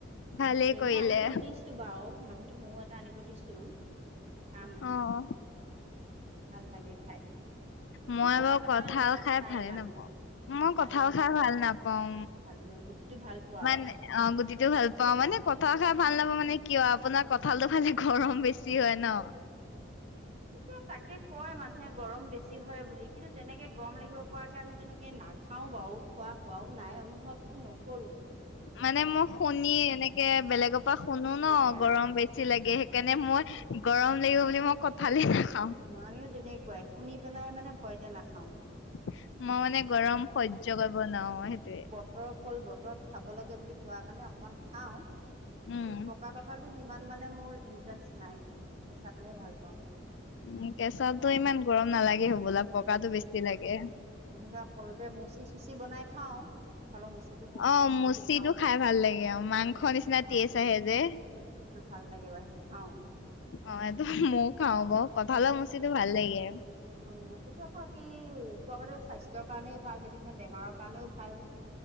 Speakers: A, on the left; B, on the right.
A: ভালেই
B: তাকে
A: কৰিলে
B: মই আনিব দিছোঁ বাৰু মানুহটো ময়ো এটা আনিব দিছোঁ। খাম,
A: অ
B: ভাল লাগে খাই।
A: মই
B: মোৰ পকা
A: বাৰু
B: কথাত
A: কঠাল
B: ইণ্টাৰেষ্ট
A: খাই
B: নাই
A: ভালে
B: ইমান
A: নাপাওঁ। মই কঁঠাল
B: ভালে নোপোৱা
A: খাই ভাল নাপাওঁ।
B: ভালে গুটিটো ভাল পোৱা
A: মানে
B: আৰু
A: অ' গুটিটো ভাল পাওঁ মানে কঁঠাল খাই ভাল নাপাওঁ মানে কিয় আপোনাৰ কঁঠালটো খালে গৰম বেছি হয় ন'।
B: এতিয়া তাকে কয় মানুহে গৰম বেছি হয় বুলি কিন্তু তেনেকে গৰম লাগিব কুৱাকে আমি তেনেকে নাখাওঁ বাৰু, খোৱা হোৱাও নাই, অনুভৱটো নকৰোঁ।
A: মানে মই শুনি এনেকে বেলেগৰ পৰা শুনো ন'
B: হয় দিয়া
A: গৰম বেছ বেছি লাগে সেইকাৰণে মই গৰম লাগিব বুলি মই কঠালি নাখাওঁ।
B: উম, আমিও তেনেকুৱাই, শুনি পেলাই মানে ভয়তে নাখাওঁ।
A: মই মানে গৰম সহ্য কৰিব নোৱাৰোঁ সেইটোয়ে।
B: বতৰৰ ফল বতৰত খাব লাগে বুলি কোৱা কাৰণে অকমান খাওঁ কিন্তু
A: উম
B: পকা কঠ কঠালটোত ইমান মানে মোৰ ইণ্টাৰেষ্ট নাই, কেঁচাটোহে ভাল পাওঁ।
A: উম, কেঁচাটো
B: সেয়া
A: ইমান গৰম নালাগে হ'বলা, পকাটো বেছি লাগে।
B: এনেকা সৰুতে মুচি চুচি বনাই খাওঁ। চালৰ মুচিটো ফুৰতে
A: অ
B: তৰকাৰীটো
A: মুচিটো
B: খাওঁ,
A: খাই ভাল লাগে আৰু মাংস
B: সেইটো
A: নিচিনা
B: খাওঁ
A: টেষ্ট আহে
B: উম।
A: যে
B: সেইটো ভাল লাগে বা সেইটো খাওঁ।
A: অ' এইটো ময়ো খাওঁ বাও, কঁঠালৰ মুচিটো ভাল লাগে।
B: উ, সেইটো আকৌ কি কোৱা বাতো স্বাস্থ্যৰ কাৰণেও ভাল, সেইটো কিমান বেমাৰৰ কাৰণেও ভাল।